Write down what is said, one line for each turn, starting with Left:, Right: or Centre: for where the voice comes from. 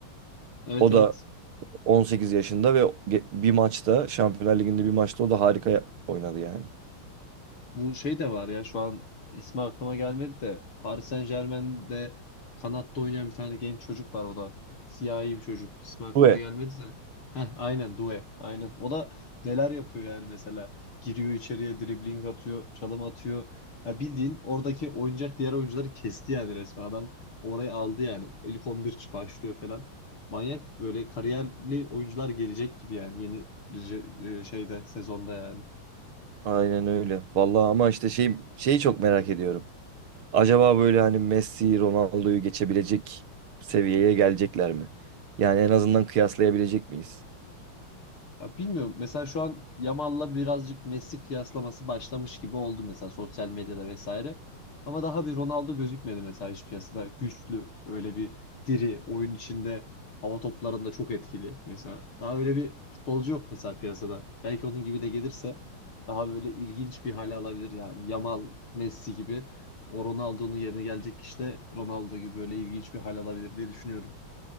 Left: Evet
Right: O
Left: evet
Right: da 18 yaşında ve ge- bir maçta Şampiyonlar Ligi'nde bir maçta o da harika ya- oynadı yani.
Left: Bu şey de var ya şu an ismi aklıma gelmedi de Paris Saint-Germain'de kanatta oynayan bir tane genç çocuk var o da. Siyahi bir çocuk. İsmi aklıma
Right: Ve
Left: gelmedi de. Heh, aynen Doué. Aynen. O da neler yapıyor yani mesela. Giriyor içeriye dribling atıyor, çalım atıyor. Ya bildiğin oradaki oynayacak diğer oyuncuları kesti yani resmen adam. Orayı aldı yani. İlk 11 başlıyor falan. Manyak böyle kariyerli oyuncular gelecek gibi yani yeni e, şeyde sezonda yani.
Right: aynen öyle. Vallahi ama işte şey şeyi çok merak ediyorum. Acaba böyle hani Messi, Ronaldo'yu geçebilecek seviyeye gelecekler mi? Yani en azından kıyaslayabilecek miyiz?
Left: Ya bilmiyorum. Mesela şu an Yamal'la birazcık Messi kıyaslaması başlamış gibi oldu mesela sosyal medyada vesaire. Ama daha bir Ronaldo gözükmedi mesela hiç piyasada. Güçlü, öyle bir diri, oyun içinde, hava toplarında çok etkili mesela. Daha öyle bir futbolcu yok mesela piyasada. Belki onun gibi de gelirse daha böyle ilginç bir hale alabilir yani. Yamal, Messi gibi o Ronaldo'nun yerine gelecek kişi de Ronaldo gibi böyle ilginç bir hale alabilir diye düşünüyorum.